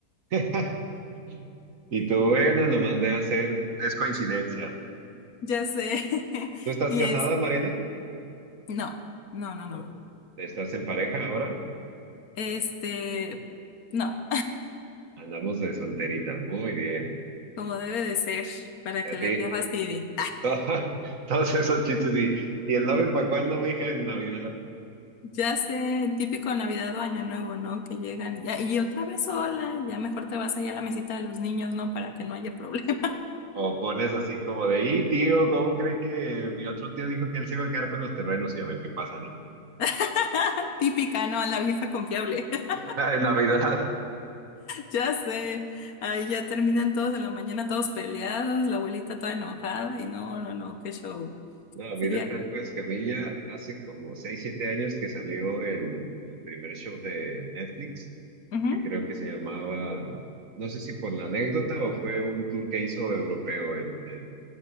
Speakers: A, on the right; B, on the left.
A: <laughs> Y tú, bueno, lo mandé a hacer, es coincidencia.
B: <laughs> ya sé. <laughs>
A: ¿Tú estás
B: Y
A: casada,
B: es,
A: Mariana?
B: no. No, no, no.
A: ¿No? ¿Estás en pareja ahora?
B: Este, no,
A: Andamos de solteritas, muy bien.
B: como debe de ser, para que
A: A
B: la
A: ti,
B: tía fastidie.
A: todo- <laughs> todos esos chistes y, ¿y el novio para cuándo, mija, en Navidad?
B: Ya sé, el típico Navidad o Año Nuevo, ¿no? Que llegan y, ya- y otra vez sola, ya mejor te vas allá a la mesita de los niños, ¿no? Para que no haya problema.
A: O pones así como de, y tío, ¿cómo cree que mi otro tío dijo que él se iba a quedar con los terrenos y a ver qué pasa, ¿no?
B: <laughs> Típica, ¿no? La vieja confiable. <laughs>
A: <laughs> En Navidad.
B: Ya sé, ahí ya terminan todos en la mañana, todos peleados, la abuelita toda enojada y no, no, no, qué show.
A: No, a
B: Sí,
A: mí de
B: eh.
A: Franco Escamilla hace como 6 7 años que salió el, el primer show de Netflix,
B: Ujú.
A: que creo que se llamaba, no sé si por la anécdota o fue un tour que hizo europeo el, el